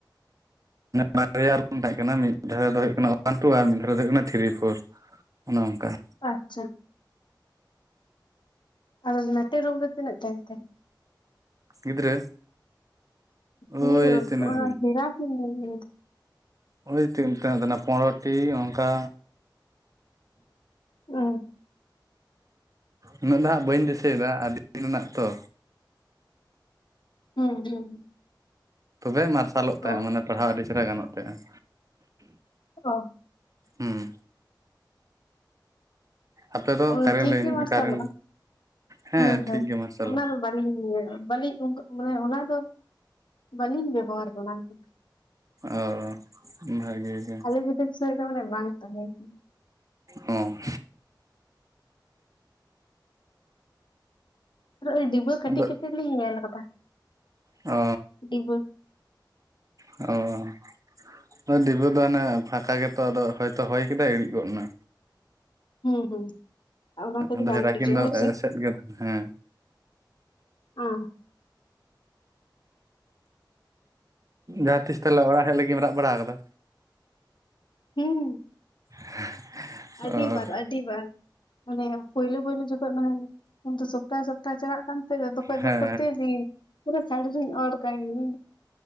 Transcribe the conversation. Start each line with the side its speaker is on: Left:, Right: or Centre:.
Right: ᱢᱟᱱᱮ ᱵᱟᱨᱭᱟ ᱨᱮᱵᱚᱱ ᱛᱮᱦᱮᱜ ᱠᱟᱱᱟ ᱢᱤᱫ ᱫᱷᱟᱨᱮ ᱫᱚ ᱦᱩᱭᱩᱜ ᱠᱟᱱᱟ ᱚᱣᱟᱱ ᱴᱩ ᱟᱨ ᱢᱤᱫ ᱫᱷᱟᱨᱮ ᱫᱚ ᱦᱩᱭᱩᱜ ᱠᱟᱱᱟ ᱛᱷᱤᱨᱤ ᱯᱷᱳᱨ ᱚᱱᱚ ᱚᱱᱠᱟ᱾
Left: ᱟᱪᱪᱷᱟ, ᱟᱫᱚ <unintelligible> ᱨᱩᱢ ᱨᱮ ᱛᱤᱱᱟᱹᱜ ᱛᱟᱦᱮᱱᱛᱮ,
Right: ᱜᱤᱫᱽᱨᱟᱹ?
Left: ᱤᱭᱟ.
Right: ᱳᱭ ᱛᱤᱱᱟᱹᱜ
Left: ᱚᱱᱟ ᱦᱮᱨᱟᱠᱤᱱ, <inaudible>
Right: ᱚᱱᱰᱮ ᱛᱤᱱᱟᱹᱜ ᱮᱢ ᱴᱤ ᱛᱟᱦᱮᱱᱟ ᱯᱚᱱᱨᱚᱴᱤ ᱚᱱᱠᱟ᱾
Left: ᱚᱸ,
Right: ᱩᱱᱟᱹᱜ ᱫᱚ ᱦᱟᱸᱜ ᱵᱟᱹᱧ ᱫᱤᱥᱟᱹᱭᱮᱫᱟ ᱟᱹᱰᱤ ᱫᱤᱱ ᱨᱮᱱᱟᱜ ᱛᱚ᱾
Left: ᱦᱩᱸ ᱦᱩᱸ ᱦᱩᱸ,
Right: ᱛᱚᱵᱮ ᱢᱟᱨᱥᱟᱞᱚᱜ
Left: ᱚ
Right: ᱛᱟᱦᱮᱸᱫ ᱢᱟᱱᱮ ᱯᱟᱲᱦᱟᱣ ᱟᱹᱰᱤ ᱪᱮᱦᱨᱟ ᱜᱟᱱᱚᱜ ᱛᱟᱦᱮᱸᱼᱟ᱾
Left: ᱚ,
Right: ᱦᱩᱸ, ᱟᱯᱮ ᱫᱚ
Left: ᱚ
Right: ᱠᱟᱨᱮᱱ
Left: ᱴᱷᱤᱠ
Right: ᱞᱟᱭᱤᱱ
Left: ᱜᱮ ᱢᱟᱨᱥᱟᱞᱚᱜᱼᱚ
Right: ᱠᱟᱨᱮᱱ ᱦᱮᱸ
Left: ᱦᱚᱭ
Right: ᱴᱷᱤᱠ
Left: ᱦᱚᱭ
Right: ᱜᱮᱭᱟ ᱢᱟᱨᱥᱟᱞᱟ
Left: ᱚᱱᱟ ᱫᱚ, ᱵᱟᱹᱞᱤᱧ ᱵᱟᱹᱞᱤᱧ ᱚᱝᱠᱚ ᱢᱟᱱᱮ ᱚᱱᱟ ᱫᱚ ᱵᱟᱹᱞᱤᱧ ᱵᱮᱵᱚᱦᱟᱨ ᱫᱚ ᱚᱱᱟ ᱠᱚᱫᱚ᱾
Right: ᱚ ᱵᱷᱟᱜᱮ ᱜᱮ᱾
Left: <unintelligible> ᱫᱚ ᱚᱱᱰᱚ ᱵᱟᱝ ᱛᱟᱦᱮᱸ ᱠᱟᱱᱟ᱾
Right: ᱚ ᱦᱩᱸ᱾
Left: ᱳᱭ ᱰᱤᱵᱟᱹ ᱠᱟᱹᱴᱤᱡ
Right: ᱟᱫᱚ
Left: ᱠᱟᱹᱴᱤᱡ ᱞᱤᱧ ᱧᱮᱞ ᱠᱟᱫᱟ᱾
Right: ᱚ,
Left: ᱰᱤᱵᱟᱹ᱾
Right: ᱚ, ᱳᱸᱭ ᱰᱤᱵᱟᱹ ᱫᱚ ᱦᱟᱱᱮ ᱯᱷᱟᱸᱠᱟ ᱜᱮᱛᱚ ᱟᱫᱚ ᱦᱚᱭᱛᱚ ᱦᱚᱭ ᱠᱮᱫᱟᱭ ᱤᱲᱤᱡ ᱜᱚᱫ ᱮᱱᱟ᱾
Left: ᱦᱩᱸ ᱦᱩᱸ ᱚᱱᱟ ᱠᱚᱫᱚ
Right: ᱟᱫᱚ
Left: ᱵᱟᱝ
Right: ᱦᱮᱨᱟᱠᱤᱱ
Left: ᱤᱲᱤᱡᱚᱜᱟ
Right: ᱫᱚ
Left: ᱦᱚᱭ ᱥᱮ?
Right: ᱮᱥᱮᱫ ᱜᱮ ᱦᱮᱸ
Left: ᱚᱸ,
Right: ᱡᱟᱦᱟᱸᱛᱤᱥ ᱛᱟᱦᱚᱞᱮ ᱚᱲᱟᱜ ᱦᱮᱡ ᱞᱟᱹᱜᱤᱫᱼᱮᱢ ᱨᱟᱜ ᱵᱟᱲᱟ ᱠᱟᱫᱟ?
Left: ᱦᱩᱸ,
Right: <unintelligible> <inaudible>
Left: ᱟᱹᱰᱤ
Right: ᱚ
Left: ᱵᱟᱨ ᱟᱹᱰᱤ ᱟᱹᱰᱤ ᱵᱟᱨ, ᱢᱟᱱᱮ ᱯᱳᱭᱞᱳ ᱯᱳᱭᱞᱳ ᱡᱚᱠᱷᱚᱡ ᱢᱟᱱᱮ ᱩᱱᱫᱚ ᱥᱚᱯᱛᱟ ᱥᱚᱯᱛᱟ ᱪᱟᱞᱟᱜ ᱠᱟᱱ <unintelligible> ᱛᱚᱠᱷᱚᱱ
Right: ᱦᱮᱸ
Left: ᱫᱚ ᱯᱚᱛᱤ ᱫᱤᱱ ᱯᱩᱨᱟᱹ ᱥᱟᱲᱤᱨᱤᱧ ᱚᱨ ᱠᱟᱜᱤᱧ᱾